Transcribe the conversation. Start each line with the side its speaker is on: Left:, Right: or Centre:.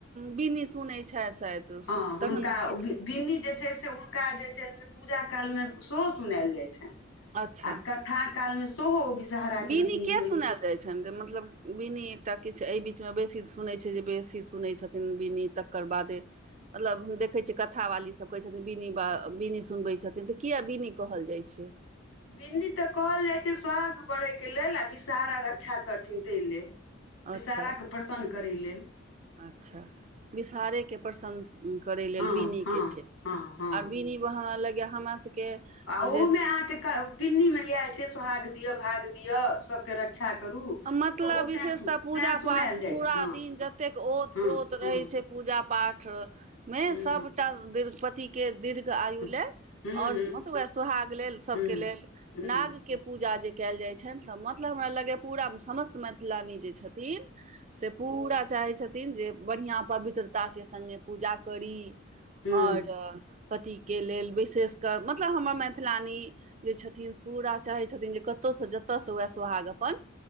Right: बिनी सुनैत छथि
Left: हँ हुनका
Right: तहन किछु।
Left: बिन्नी जे छै से हुनका जे छनि से पूजा कालमे सेहो सुनायल जाय छनि।
Right: अच्छा
Left: आ कथा कालमे सेहो विषहरा
Right: बीनी
Left: के बिनी
Right: किया
Left: होइ
Right: सुनायल
Left: छै
Right: जाइ छनि जे मतलब बिनी एकटा किछु एहि बीचमे बेसी सुनै छै, जे बेसी सुनै छथिन बिनी तक ओकर बाद। मतलब हम देखै छियै कथा वाली सभ कहै छथिन बिनी बा बिनी सुनबै छथिन तऽ किए बिनी कहल जाइ छै
Left: बिन्नी तऽ कहल जाइ छै सोहाग बढ़य के लेलऽ आ विषहारा रक्षा करथिन तै लेल विषाहारा
Right: अच्छा
Left: के प्रसन्न करय लेलऽ
Right: अच्छा विषहारेके प्रसन्न करै लेलऽ
Left: हँ
Right: बिनीके
Left: हँ
Right: छै
Left: हँ हँ
Right: आर बिनि हम लगय हमरा सभके
Left: आ ओहुमे
Right: जे
Left: अहाँकेँ बिन्नी मे इएह छै सोहाग दियअ भाग दियअ सभके रक्षा करू
Right: मतलब
Left: तऽ ओ
Right: विशेषत
Left: तें सुन तें
Right: पूजा
Left: सुनायल
Right: पाठ पूरा
Left: जाइ छै हँ
Right: दिन जतेक औत
Left: हँ
Right: प्रोत
Left: हँ
Right: रहै छै। पूजा पाठमे
Left: हूँ
Right: सभटा दीति के दीर्घ आयु
Left: हूँ
Right: लेलऽ
Left: हूँ
Right: और
Left: हूँ
Right: मतलब सोहाग लेल सभके
Left: हूँ
Right: लेलऽ
Left: हूँ
Right: नाग के पूजा जे कयल जाइ छनि सभ मतलब हमरा लगै पूरा मे समस्त मैथिलानी जे छथिन से पूरा चाहैत छथिन जे बढ़िआ पवित्रताके संघे पूजा करी
Left: हूँ
Right: और पतिके लेलऽ विशेषकर मतलब हमर मैथिलानी जे छथिन पूरा चाहै छथिन जे कतौय सँ जतयसँ उएह सोहाग अपन